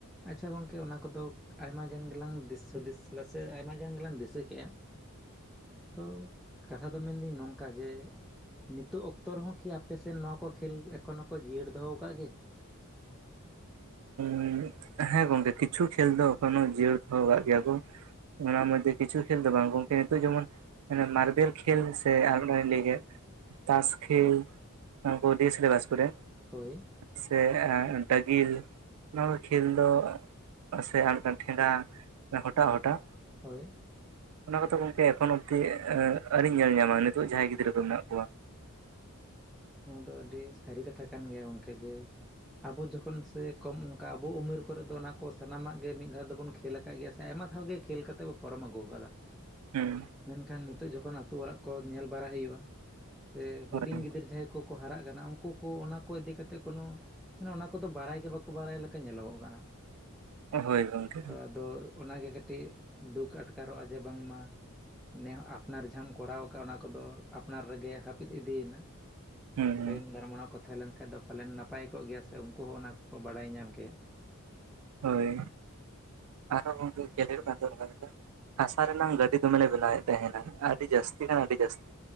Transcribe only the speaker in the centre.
ᱟᱪᱪᱷᱟ ᱜᱚᱝᱠᱮ ᱚᱱᱟ ᱠᱚᱫᱚ ᱟᱭᱢᱟ ᱜᱟᱱ ᱜᱮᱞᱟᱝ ᱫᱤᱥ ᱦᱩᱫᱤᱥ ᱥᱮ <inaudible> ᱟᱭᱢᱟ ᱜᱟᱱ ᱜᱮᱞᱟᱝ ᱫᱤᱥᱟᱹ ᱠᱮᱜ-ᱟ᱾ ᱛᱳ ᱠᱟᱛᱷᱟ ᱫᱚ ᱢᱮᱱᱫᱟᱹᱧ ᱱᱚᱝᱠᱟ ᱡᱮ ᱱᱤᱛᱠᱜ ᱚᱠᱛᱚ ᱨᱮᱦᱚᱸ ᱠᱤ ᱟᱯᱮ ᱥᱮᱱ ᱱᱚᱣᱟ ᱠᱚ ᱠᱷᱮᱞ ᱮᱠᱷᱚᱱᱚ ᱠᱚ ᱡᱤᱭᱟᱹᱲ ᱫᱚᱦᱚ ᱠᱟᱜ ᱜᱮᱭᱟ?
ᱦᱳᱭ ᱾
ᱦᱳᱭ᱾
ᱱᱚᱣᱟ ᱫᱚ ᱟᱹᱰᱤ ᱥᱟᱹᱨᱤ ᱠᱟᱛᱷᱟ ᱠᱟᱱ ᱜᱮᱭᱟ ᱜᱚᱢᱠᱮ ᱡᱮ ᱟᱵᱚ ᱡᱚᱠᱷᱚᱱ ᱥᱮ ᱠᱚᱢ ᱚᱱᱠᱟ ᱟᱵᱚ ᱩᱢᱮᱨ ᱠᱚᱨᱮ ᱫᱚ ᱚᱱᱟ ᱠᱚ ᱥᱟᱱᱟᱢᱟᱜ ᱜᱮ ᱢᱤᱫ ᱫᱷᱟᱣ ᱫᱚᱵᱚᱱ ᱠᱷᱮᱞ ᱟᱠᱟᱫ ᱜᱮᱭᱟ ᱥᱮ ᱟᱭᱢᱟ ᱦᱚ ᱜᱮ ᱠᱷᱮᱞ ᱠᱟᱛᱮ ᱵᱚ ᱯᱟᱨᱚᱢ ᱟᱹᱜᱩ ᱟᱠᱟᱫᱟ ᱾
ᱢᱮᱱᱠᱷᱟᱱ ᱱᱤᱛᱚᱜ ᱡᱚᱠᱷᱚᱱ ᱟᱛᱳ ᱚᱲᱟᱜ ᱠᱚ ᱧᱮᱞ ᱵᱟᱲᱟ ᱦᱩᱭᱩᱜ-ᱟ ᱥᱮ ᱦᱩᱰᱤᱧ
ᱜᱤᱫᱟᱹᱨ ᱡᱟᱦᱟᱸᱭ ᱠᱚᱠᱚ ᱦᱟᱨᱟᱜ ᱠᱟᱱᱟ ᱩᱱᱠᱩ ᱠᱚ ᱚᱱᱟ ᱠᱚ ᱤᱫᱤ ᱠᱟᱛᱮ ᱠᱳᱱᱳ ᱢᱟᱱᱮ ᱚᱱᱟ ᱠᱚᱫᱚ ᱵᱟᱲᱟᱭ ᱜᱮ ᱵᱟᱠᱚ ᱵᱟᱲᱟᱭ ᱞᱮᱠᱟ ᱧᱮᱞᱚᱜᱚᱜ ᱠᱟᱱᱟ
ᱛᱚ ᱟᱫᱚ ᱚᱱᱟᱜᱮ ᱠᱟᱹᱴᱤᱡ ᱫᱩᱠ ᱟᱴᱠᱟᱨᱚᱜ-ᱟ ᱡᱮ ᱵᱟᱝᱢᱟ ᱱᱮᱦ ᱟᱯᱱᱟᱨ ᱡᱟᱦᱟᱸᱢ ᱠᱚᱨᱟᱣ ᱟᱠᱟᱫ ᱚᱱᱟ ᱠᱚᱫᱚ ᱟᱯᱱᱟᱨ ᱨᱮᱜᱮ ᱦᱟᱹᱯᱤᱫ ᱤᱫᱤᱭᱮᱱᱟ ᱾
ᱛᱟᱭᱚᱢ ᱫᱟᱨᱟᱢᱟᱱᱟ ᱠᱚ ᱛᱟᱦᱮᱸ ᱞᱮᱱ ᱠᱷᱟᱡ ᱫᱚ ᱯᱟᱞᱮᱱ ᱱᱟᱯᱟᱭ ᱠᱚᱜ ᱜᱮᱭᱟ ᱥᱮ ᱩᱱᱠᱩ ᱦᱚᱸ ᱚᱱᱟ ᱠᱚᱠᱚ ᱵᱟᱲᱟᱭ ᱧᱟᱢ ᱠᱮᱭᱟ ᱾